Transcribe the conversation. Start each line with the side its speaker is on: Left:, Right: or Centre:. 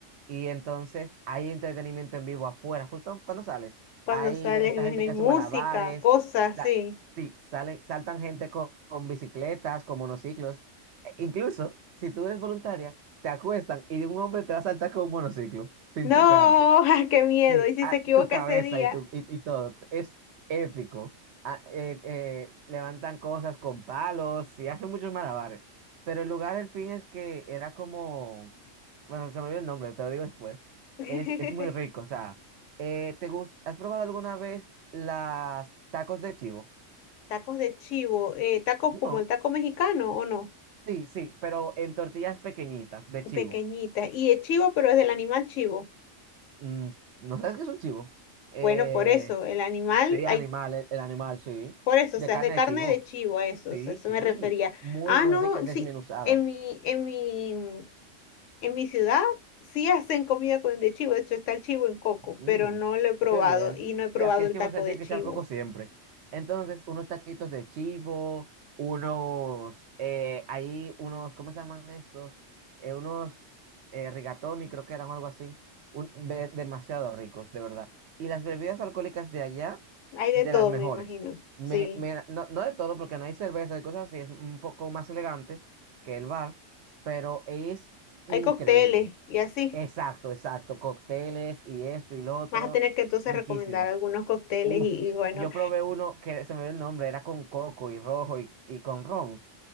Right: Y entonces hay entretenimiento en vivo afuera, justo cuando sales.
Left: Cuando
Right: Hay
Left: sales,
Right: de esta
Left: me imagino,
Right: gente
Left: hay
Right: que
Left: música,
Right: hace malabares,
Left: cosas así.
Right: la- sí, salen, saltan gente con, con bicicletas, con monociclos. E- incluso, si tú eres voluntaria, te acuestan y un hombre te va a saltar con un monociclo, sin
Left: No,
Right: chocarte.
Left: <laughs> qué miedo.
Right: Sí,
Left: Y si
Right: ah,
Left: se equivoca
Right: tu cabeza
Left: ese día.
Right: y, tu, y, y todo. Es épico. Ah, eh, eh, levantan cosas con palos y hacen muchos malabares. Pero el lugar, el fin es que era como... Bueno, se me olvidó el nombre, te lo digo después.
Left: <laughs>
Right: Es, es muy rico, o sea, eh, ¿te gust- ¿Has probado alguna vez las tacos de chivo?
Left: Tacos de chivo, eh, tacos
Right: No.
Left: como el taco mexicano o no,
Right: Sí, sí, pero en tortillas pequeñitas de chivo.
Left: pequeñitas. Y el chivo, pero es del animal chivo.
Right: Mm, ¿no sabes qué es un chivo? Eh,
Left: Bueno, por eso, el animal,
Right: sí,
Left: hay,
Right: animal, el el animal, sí.
Left: por eso,
Right: De
Left: o sea,
Right: carne
Left: es de carne
Right: de chivo.
Left: de chivo, a eso,
Right: Sí,
Left: o sea, eso
Right: sí,
Left: me refería.
Right: muy,
Left: Ah,
Right: muy
Left: no,
Right: rica, desmenuzada.
Left: sí, en mi, en mi, en mi ciudad sí hacen comida con de chivo, de hecho está el chivo en coco,
Right: Mm,
Left: pero no lo he probado
Right: qué bien.
Left: y no he probado
Right: Sí, aquí el
Left: el
Right: chivo
Left: taco
Right: se tiene
Left: de
Right: que
Left: chivo.
Right: ser al coco siempre. Entonces, unos taquitos de chivo, unos, eh, ahí, unos, ¿cómo se llaman estos? Eh, unos eh, rigatoni, creo que eran o algo así. Un- ve- demasiado ricos, de verdad. Y las bebidas alcohólicas de allá,
Left: Hay
Right: de
Left: de todo,
Right: las mejores.
Left: me imagino.
Right: Me,
Left: Sí,
Right: me- no, no de todo, porque no hay cerveza y cosas así, es un poco más elegante que el bar, pero es increíble.
Left: hay cócteles y así.
Right: Exacto, exacto. Cócteles y esto y lo otro.
Left: Vas a tener que entonces
Right: Riquísimo.
Left: recomendar algunos cócteles
Right: Uf.
Left: y, y bueno,
Right: Yo probé uno que se me ve el nombre, era con coco y rojo y, y con ron.